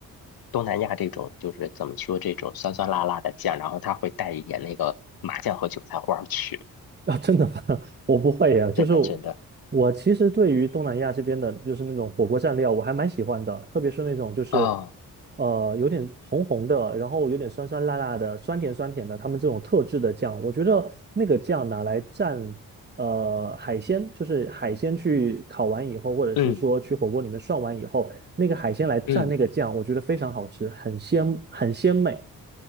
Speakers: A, on the left (about 70°); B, on the right (about 25°).
A: 东南亚这种，就是怎么说这种酸酸辣辣的酱，然后他会带一点那个麻酱和韭菜花儿去。
B: <laughs> 啊，真的吗？<laughs> 我不会呀，就是
A: 真的，真的
B: 我其实对于东南亚这边的，就是那种火锅蘸料，我还蛮喜欢的，特别是那种就是
A: 啊，
B: 呃有点红红的，然后有点酸酸辣辣的，酸甜酸甜的，他们这种特制的酱，我觉得那个酱拿来蘸呃海鲜，就是海鲜去烤完以后，或者是说去火锅里面涮完以后，
A: 嗯
B: 那个海鲜来蘸那个酱，
A: 嗯
B: 我觉得非常好吃，很鲜很鲜美。